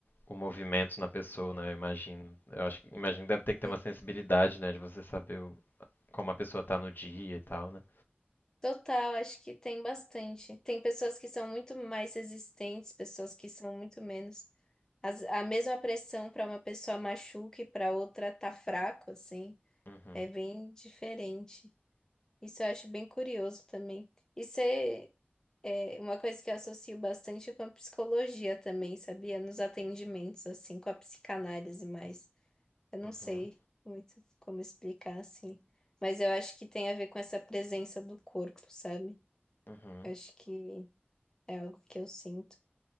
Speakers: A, on the left (about 55°); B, on the left (about 15°).
A: o movimento na pessoa, né? Eu imagino. Eu acho que imagino que deve ter que ter
B: sim.
A: uma sensibilidade, né, de você saber o- como a pessoa tá no dia e tal, né?
B: Total, acho que tem bastante. Tem pessoas que são muito mais resistentes, pessoas que são muito menos. As- a mesma pressão para uma pessoa machuca e para outra tá fraco, assim.
A: Uhum,
B: É bem diferente. Isso eu acho bem curioso também. Isso é, é uma coisa que eu associo bastante com a psicologia também, sabia? Nos atendimentos, assim, com a psicanálise mais. Eu não
A: uhum,
B: sei muito como explicar assim, mas eu acho que tem a ver com essa presença do corpo, sabe?
A: uhum.
B: Acho que é algo que eu sinto